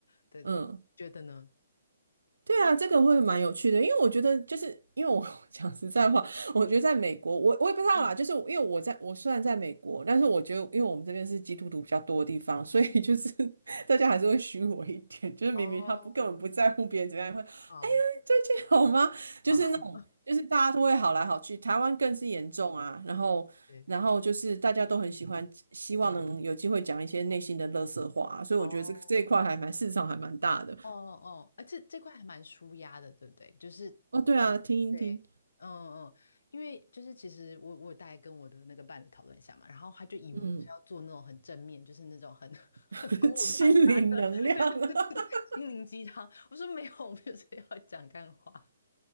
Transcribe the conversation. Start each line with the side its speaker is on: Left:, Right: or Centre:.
Left: 对对，
Right: 嗯。
Left: 觉得呢？
Right: 对啊，这个会蛮有趣的，因为我觉得就是因为我 <laughs> 讲实在话，我觉得在美国，我我也不知道啦，
Left: 嗯
Right: 就是因为我在我虽然在美国，但是我觉得因为我们这边是基督徒比较多的地方，所以就是
Left: 嗯，
Right: <laughs> 大家还是会虚伪一点，就是明明他不根本不在乎别人怎么样，
Left: 哦，
Right: 会哎呀最近好吗？
Left: 好
Right: 就是那种就是大家都会好来好去，
Left: 好，对
Right: 台湾更是严重啊，然后。
Left: 对，
Right: 然后就是大家都很喜欢，希望能有机会讲一些内心的垃圾话啊所以我觉得这这一块还蛮市场还蛮大的
Left: 哦哦哦，啊，这这块还蛮舒压的，对不对？就是因为对。
Right: 哦。对啊，听一听。
Left: 嗯嗯，因为就是其实我我大概跟我的那个伴侣讨论一下嘛，然后他就以为我是要做那种很正面，
Right: 嗯，
Left: 就是那种很 <laughs>
Right: <laughs>
Left: 很鼓舞大家的，
Right: 心灵能量，
Left: <laughs> 对对对对，
Right: 啊，<laughs>
Left: 对心灵鸡汤。我说没有，<laughs> 我们就是要讲干话。